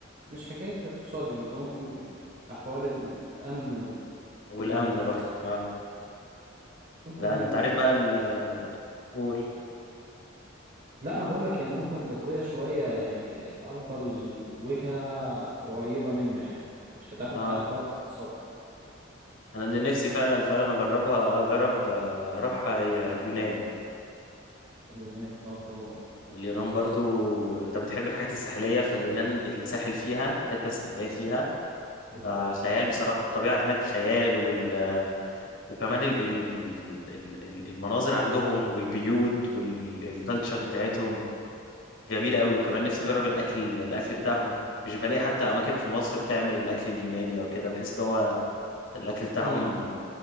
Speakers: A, on the right; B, on the left.
A: مش حكاية اقتصادي وانت ممكن ت- أحوال الأمن والدنيا
B: والامن
A: مش
B: برضه
A: أحسن
B: اه
A: حاجة ممكن
B: لان
A: هي
B: انت
A: ممكن
B: عارف بقى ال- قول
A: لا أنا بقول لك هي ممكن تبقية شوية يعني أفضل وجهة قريبة منا يعني مش هتاخد
B: اه
A: حتى وقت في الصبر
B: انا اللي نفسي فعلا فعلا اجربها اجرب آه، اروحها هي اليونان
A: اليونان برضه فتح
B: اليونان
A: لذيذ
B: برضو انت بتحب الحاجات الساحلية فاليونان الساحل فيها الحتة الساحلية فيها
A: أكيد
B: آه
A: طبعا
B: خيال بصراحة الطبيعة هناك خيال وال... وكمان ال... ال... ال... ال... ال- المناظر عندهم والبيوت والكالتشر بتاعتهم جميلة قوي وكمان نفسي أجرب الأكل الأكل بتاعهم مش بلاقي حتى أماكن في مصر بتعمل الأكل اليوناني أو كده بحس إن هو الأكل بتاعهم
A: امم